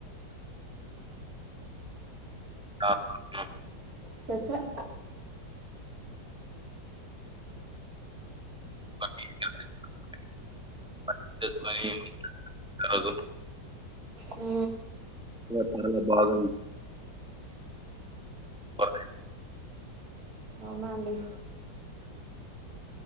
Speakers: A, in the centre; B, on the right (about 55°).
A: కాకుంటే
B: ఫెస్టివల్
A: <unintelligible> కదు
B: ఊ
A: అ చాలా బాగానే <unintelligible>
B: ఉన్న అండీ